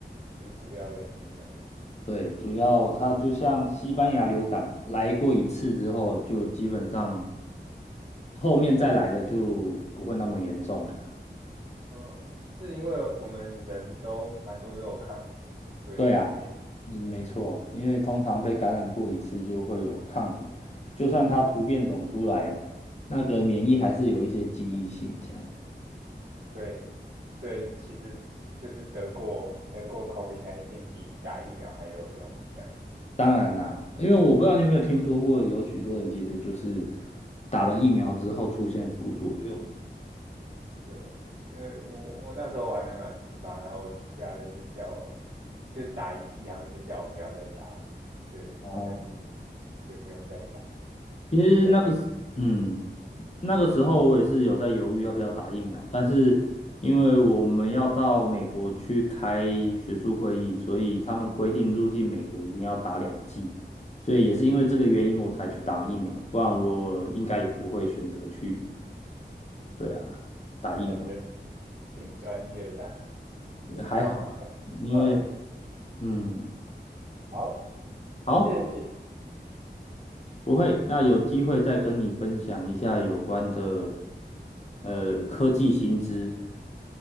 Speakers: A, on the right; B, on the left.
A: 就主要的已经没了。
B: 对，主要它就像西班牙流感嘛，来过一次之后，就基本上后面再来的就不会那么严重了。
A: 嗯，是因为我们人都蛮多都有抗体，所以才没
B: 对啊，嗯，没错，因为通常被感染过一次就会有抗体，就算它突变种出来，那个免疫还是有一些记忆性这样。
A: 对，所以其实就是得过得过 COVID-19 比打疫苗还有用，这样
B: 当然啦，因为我不知道你有没有听说过，有许多人其实就是打了疫苗之后出现副作用。
A: 对。因为我我那时候我还没满十八，然后我家人就叫我就打一剂，他们就叫我不要再打，就好像其实
B: 哦，
A: 也不用再打，
B: 其实那个时，
A: 就还
B: 嗯，那个时候我也是有在犹豫要不要打疫苗，但是因为我们要到美国去开学术会议，所以他们规定入境美国一定要打两剂，所以也是因为这个原因我才去打疫苗，不然我应该也不会选择去，对啊，打疫苗，
A: 感觉挺专业的。<laughs>
B: 也还好，
A: 那我们下，
B: 因为，
A: 嗯，我们下
B: 嗯，
A: 好，
B: 好。
A: 谢谢，
B: 不会，那有机会再跟你分享一下有关的呃科技新知。